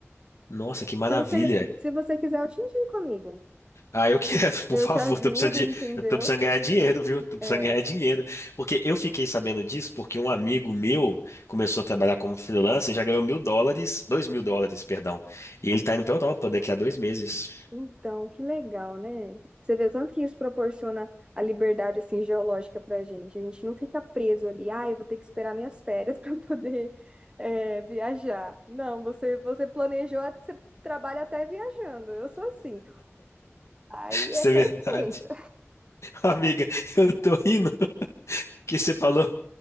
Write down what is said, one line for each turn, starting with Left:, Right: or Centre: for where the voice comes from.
Left: Nossa, que maravilha!
Right: Se você, se você quiser, eu te indico, amigo.
Left: Ah, eu quero, <laughs>
Right: Eu
Left: por favor,
Right: te ajudo,
Left: tô precisando de,
Right: entendeu?
Left: eu tô precisando ganhar dinheiro, viu? Tô precisando
Right: É,
Left: ganhar dinheiro. Porque eu fiquei sabendo disso porque um amigo meu começou a trabalhar como freelancer, já ganhou mil dólares, dois mil dólares, perdão. E ele tá indo pra Europa daqui a dois meses.
Right: Então, que legal, né? Você vê o tanto que isso proporciona a liberdade assim geológica para a gente. A gente não fica preso ali, ah, eu vou ter que esperar minhas férias <laughs> para poder eh, viajar. Não, você você planejou, você trabalha até viajando. Eu sou assim. Aí
Left: <laughs> Isso
Right: é perfeito.
Left: é verdade. <laughs> Amiga, eu tô rindo porque você falou